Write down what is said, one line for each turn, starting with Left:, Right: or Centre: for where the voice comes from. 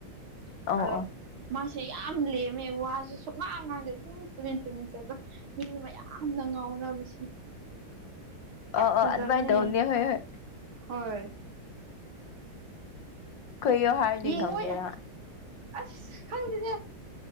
Left: ꯑꯣ
Right: ꯑꯗꯣ
Left: ꯑꯣ
Right: ꯃꯥ ꯁꯤ ꯌꯥꯝ ꯂꯦꯝꯃꯦ ꯋꯥꯁꯨ ꯁꯨ ꯉꯥꯡꯀꯥꯟꯗ ꯑꯗꯨꯝ ꯇꯨꯃꯤꯟ ꯇꯨꯃꯤꯟ ꯆꯠꯄ ꯃꯤ ꯃꯌꯥꯝꯅ ꯉꯥꯎꯋꯦ
Left: ꯑꯣ
Right: ꯌꯥꯝ ꯐꯖꯕꯅꯦ
Left: ꯑꯣ ꯑꯗꯨꯃꯥꯏꯅ ꯇꯧꯅꯦ ꯍꯣꯏ ꯍꯣꯏ
Right: ꯍꯣꯏ
Left: ꯀꯣꯏꯣ ꯍꯔꯗꯤꯛ
Right: ꯌꯦꯡꯕꯩ
Left: ꯈꯝꯕꯤꯔ ꯍꯥ
Right: ꯑꯁ ꯈꯪꯗꯅꯦ